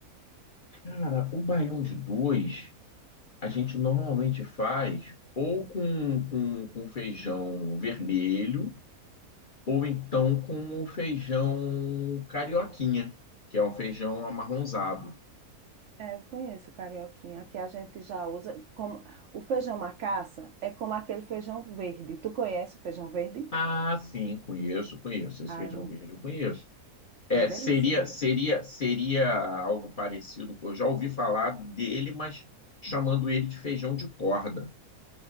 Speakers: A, on the left; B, on the right.
A: Cara, o baião de dois. a gente normalmente faz ou com, com, com feijão vermelho, ou então com o feijão carioquinha, que é um feijão amarronzado.
B: É, eu conheço o carioquinha. Aqui a gente já usa como o feijão macaça é como aquele feijão verde. Tu conhece o feijão verde?
A: Ah, sim, conheço, conheço. Esse
B: Ah,
A: feijão
B: é um-
A: verde eu conheço. É,
B: é uma delícia,
A: seria,
B: né?
A: seria, seria algo parecido. Eu já ouvi falar dele, mas chamando ele de feijão de corda.